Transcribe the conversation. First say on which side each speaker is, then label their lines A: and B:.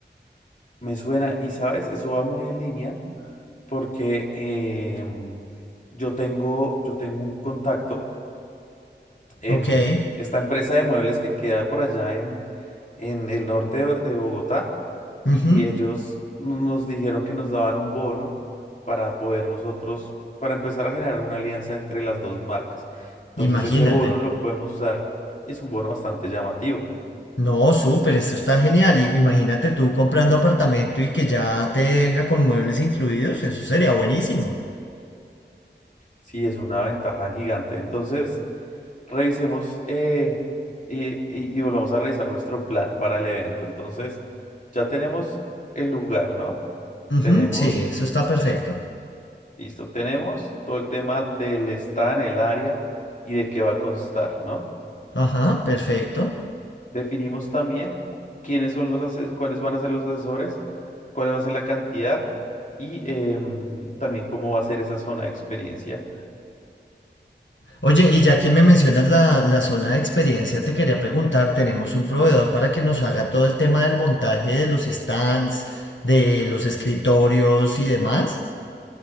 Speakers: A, on the left; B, on the left.
A: Me suena, y sabes, eso va muy en línea porque em, yo tengo, yo tengo un contacto en
B: Ok.
A: esta empresa de muebles que queda por allá en, en el norte de de Bogotá
B: ujú,
A: y ellos no- nos dijeron que nos daban un bono para poder nosotros, para empezar a generar una alianza entre las dos marcas. Entonces
B: Imagínate.
A: ese bono lo podemos usar y es un bono bastante llamativo.
B: No, súper, esto está genial. Y imagínate tú comprando apartamento y que ya te venga con muebles incluidos, eso sería buenísimo.
A: Sí, es una ventaja gigante. Entonces, revisemos eh, y, y y volvamos a revisar nuestro plan para el evento. Entonces, ya tenemos el lugar, ¿no?
B: Ujú,
A: Tenemos
B: sí, eso está perfecto.
A: Listo, tenemos todo el tema del stand, el área y de qué va a constar, ¿no?
B: Ajá, perfecto.
A: Definimos también cu- quiénes son los ases- cuáles van a ser los asesores, cuál va a ser la cantidad y em, también cómo va a ser esa zona de experiencia.
B: Oye, y ya que me mencionas la, la zona de experiencia, te quería preguntar, tenemos un proveedor para que nos haga todo el tema del montaje de los stands, de los escritorios y demás.